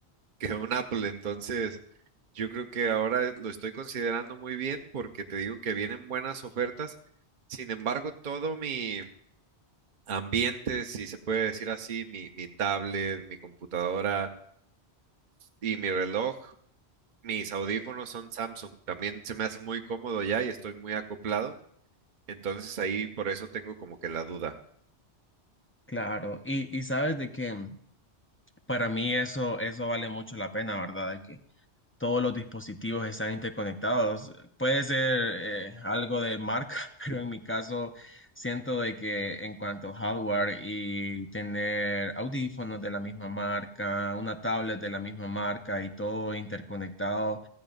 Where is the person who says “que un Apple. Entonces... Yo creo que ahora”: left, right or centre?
Right